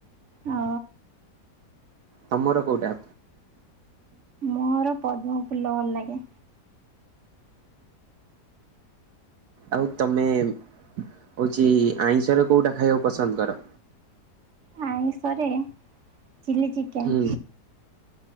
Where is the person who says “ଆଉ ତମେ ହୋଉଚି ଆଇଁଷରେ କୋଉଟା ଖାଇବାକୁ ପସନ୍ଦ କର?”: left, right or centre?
Right